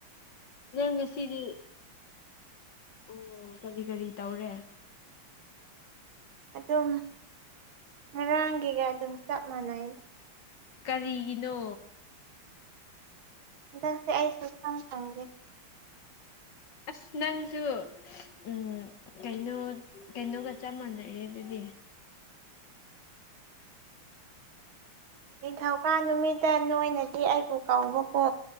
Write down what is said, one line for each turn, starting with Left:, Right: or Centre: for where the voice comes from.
Left: ꯅꯉ ꯁꯤꯗꯤ ꯎꯝ ꯀꯔꯤ ꯀꯔꯤ ꯇꯧꯔꯦ
Right: ꯑꯗꯨꯝ ꯉꯔꯥꯡꯒꯤꯒ ꯑꯗꯨꯝ ꯆꯞ ꯃꯥꯟꯅꯩꯅ
Left: ꯀꯔꯤꯒꯤꯅꯣ
Right: ꯍꯟꯗꯛꯁꯦ ꯑꯩ ꯁꯨꯛꯁꯪ ꯁꯪꯗꯦ
Left: ꯑꯁ ꯅꯪꯁꯨ ꯎꯝ ꯀꯩꯅꯣ ꯀꯩꯅꯣꯒ ꯆꯞ ꯃꯥꯟꯅꯩꯑꯦ ꯑꯗꯨꯗꯤ
Right: ꯅꯤꯡꯊꯧꯀꯥ ꯅꯨꯃꯤꯠꯇ ꯅꯣꯏꯅꯗꯤ ꯑꯩꯕꯨ ꯀꯧꯕꯀꯣ